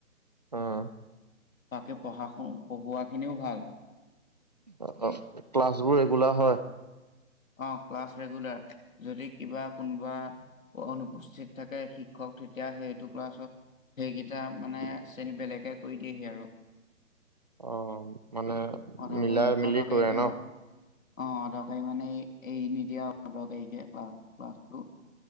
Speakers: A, on the right; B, on the left.
A: অ',
B: বাকে পঢ়া পঢ়োৱাখিনিও ভাল।
A: অ, ক্লাছ বোৰ ৰেগুলাৰ হয়?
B: অ, ক্লাছ ৰেগুলাৰ। যদি কিবা কোনোবা বা অনুপস্থিত থাকে শিক্ষক তেতিয়া সেইটো ক্লাছত সেইকেইটা মানে শ্ৰেণী বেলেগে কৰি দিয়েহি আৰু।
A: অ, মানে
B: অদৰকাৰী
A: মিলাই মিলি
B: অদৰকাৰীকে
A: কৰে ন'?
B: মানে অ দৰকাৰী মানে এই এই নিদিয়া পদকাৰকে ক্লাছ ক্লাছটো